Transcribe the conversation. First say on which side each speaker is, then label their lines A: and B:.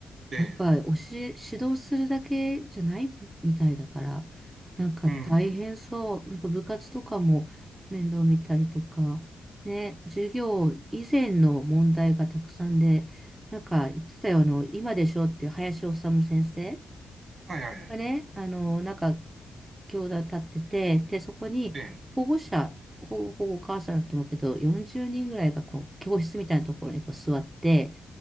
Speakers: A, on the right; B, on the right.
A: え、
B: やっぱ教え、
A: ええ、
B: 指導するだけじゃないみたいだから、なんか大変そう。
A: うん、うん、
B: なんか部活とかも面倒見たりとか、ね、授業以前の問題がたくさんで、なんか言ってたよ、あの、今でしょっていう林修先生
A: はいはいはい、
B: がね、あの、なんか教団立ってて、で、そこに保護者、
A: ええ、
B: ほぼ、ほぼお母さんだと思うけど、40人ぐらいがこう教室みたいなところにこう座って、